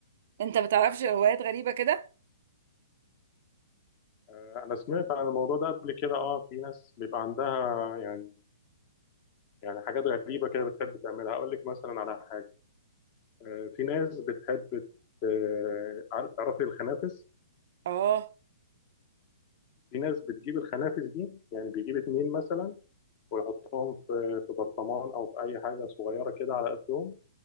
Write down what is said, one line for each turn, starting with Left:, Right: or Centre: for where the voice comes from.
Right: انت بتعرفش روايات غريبة كده
Left: آه، انا سمعت عن الموضوع ده قبل كده اه في ناس بيبقى عندها يعني يعني حاجات غريبه كده بتحب تعملها اقول لك مثلا على حاجه آه، في ناس بتحب ت- عارف- تعرفي الخنافس
Right: اه
Left: في ناس بتجيب الخنافس دي يعني بيجيب اتنين مثلا ويحطهم في في برطمان او في اي حاجه صغيره كده على قدهم